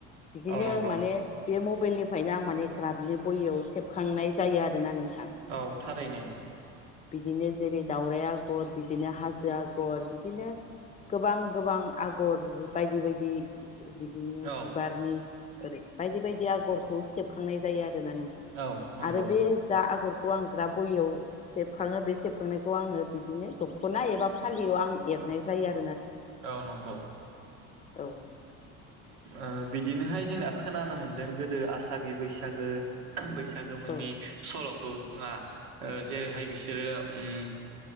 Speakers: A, on the left; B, on the right.
A: बिदिनो
B: औ नंगौ
A: माने बे म मबाइलनिफ्रायनो आं माने ग्राबनि बहियाव सेबखांनाय जायो आरोना नों
B: औ थारैनो
A: बिदिनो जेरै दावराइ आगर बिदिनो हाजो आगर बिदिनो गोबां गोबां आगर बायदि बायदि बिदिनो
B: औ
A: बिबारनि ओरै बायदि बायदि आगरखौ सेबखांनाय जायो आरो।
B: औ नंगौ
A: आरो बे जा आगर खौ आं ग्राब बहियाव सेब खाङो बे सेबखांनायखौ आङो बिदिनो दख'ना एबा फालियाव आं एरनाय जायो आरो।
B: औ नोंगौ
A: औ
B: ओ बिदिनोहाय जोंना खोनानो मोन्दों गोदो आसागि बैसागो बैसागोमोननि
A: औ
B: सल'खौ जोंहा जेरैहाय बिसोरो ओम